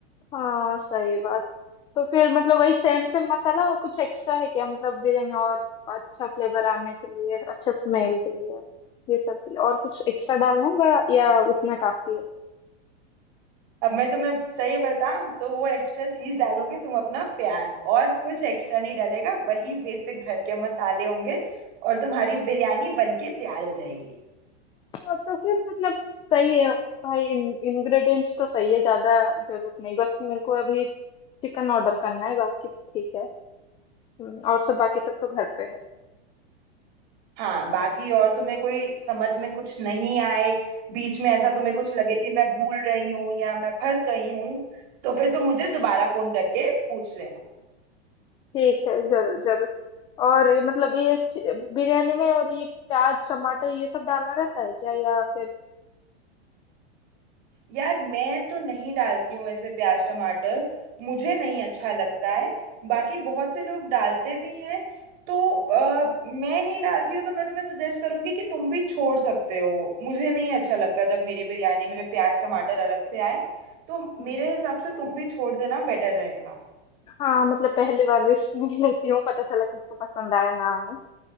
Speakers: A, on the left; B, on the right.
A: हाँ सही बात तो फिर मतलब वही सेम सेम मसाला और कुछ एक्स्ट्रा है क्या मतलब बिरयानी और अच्छा फ्लेवर आने के लिए अच्छा स्मेल के लिए ये सब के लिए और कुछ एक्स्ट्रा डालना होगा या उतना काफी है
B: अब मैं तुम्हें सही बताऊं तो वो एक्स्ट्रा चीज डालोगे तुम अपना प्यार और कुछ एक्स्ट्रा नहीं डालेगा वही बेसिक घर के मसाले होंगे और तुम्हारी बिरयानी बनके तैयार हो जाएगी
A: तो, तो फिर मतलब सही है भाई इन, इंग्रेडिएंट्स तो सही है ज्यादा जरूरत नहीं बस मेरे को अभी चिकन ऑर्डर करना है बाकी ठीक है हम्म, और सब बाकी सब तो घर पे है
B: हाँ बाकी और तुम्हें कोई समझ में कुछ नहीं आए बीच में ऐसा तुम्हें कुछ लगे कि मैं भूल रही हूँ या मैं फंस गई हूँ तो फिर तुम मुझे दोबारा फोन करके पूछ लेना
A: ठीक है जरूर जरूर और ये मतलब ये च- बिरयानी में और ये प्याज टमाटर ये सब डालना रहता है क्या या फिर
B: यार मैं तो नहीं डालती हूँ ऐसे प्याज टमाटर मुझे नहीं अच्छा लगता है बाकी बहुत से लोग डालते भी हैं तो अ, मैं नहीं डालती हूँ तो मैं तुम्हें सजेस्ट करूंगी कि तुम भी छोड़ सकते हो मुझे नहीं अच्छा लगता जब मेरी बिरयानी में प्याज टमाटर अलग से आए तो
A: हम्म,
B: मेरे हिसाब से तुम भी छोड़ देना बेटर रहेगा
A: हाँ मतलब पहली बार रिस्क नहीं <laughs> लेती हूँ पता चला किसको पसंद आया ना आए